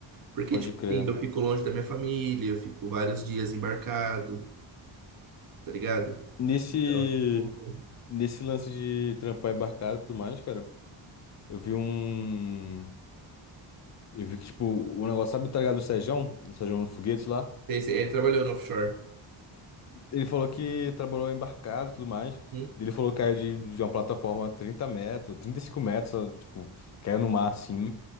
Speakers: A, on the right (about 45°); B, on the left (about 40°).
A: Porque,
B: Pode
A: tipo
B: crer.
A: assim, eu fico longe da minha família, eu fico vários dias embarcado, tá ligado?
B: Nesse,
A: Então, tipo,
B: nesse lance de trampar embarcado e tudo mais, cara, eu vi um... Eu vi que, tipo, o negócio, sabe, tá ligado? O Sejão, o Sejão do Foguete lá.
A: sei- ele trabalhou no offshore.
B: Ele falou que trabalhou embarcado e tudo mais.
A: Hum?
B: Ele falou que caiu de, de uma plataforma 30 metros, 35 metros, ó, tipo, caiu no mar assim.